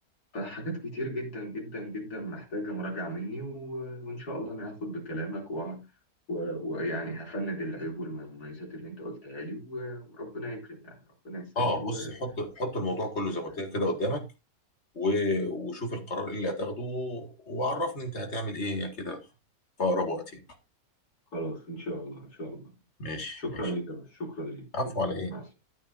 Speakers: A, on the left; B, on the left.
A: فحاجات كتير جدا جدا جدا محتاجة مراجعة مني و- وإن شاء الله أنا هاخد بكلامك و- و- ويعني هفند العيوب والمميزات اللي أنت قلتها لي و- وربنا يكرم يعني ربنا يسهل
B: اه
A: وشوف
B: بص حط حط الموضوع كله زي ما قلت لك كده قدامك و... وشوف القرار ايه اللي هتاخده وعرفني انت هتعمل ايه كده في اقرب وقت يعني.
A: خلاص إن شاء الله إن شاء الله
B: ماشي
A: شكرا
B: ماشي
A: لك يا باشا، شكرا لك شكرا
B: عفو على ايه
A: مع السلامة